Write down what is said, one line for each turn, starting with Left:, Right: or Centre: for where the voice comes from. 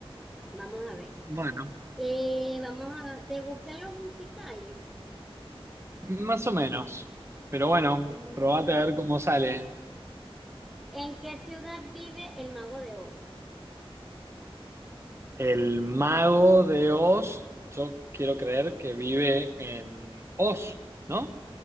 Centre: vamos a ver.
Right: Bueno,
Centre: Eh, vamos a, ¿te gustan los musicales?
Right: más o menos. Pero bueno,
Centre: Mm,
Right: probate a ver cómo sale.
Centre: ¿en qué ciudad vive el Mago de Oz?
Right: El mago de Oz, yo quiero creer que vive en Oz, ¿no?